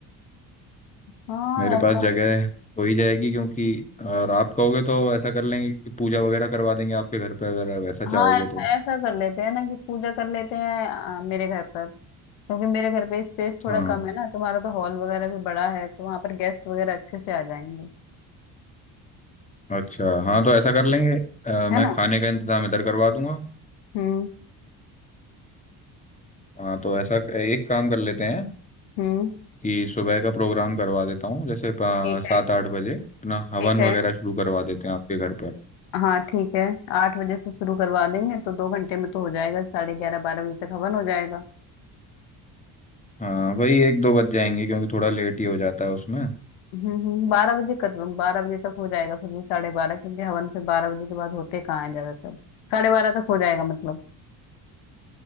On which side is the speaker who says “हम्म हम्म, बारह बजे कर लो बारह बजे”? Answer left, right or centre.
Left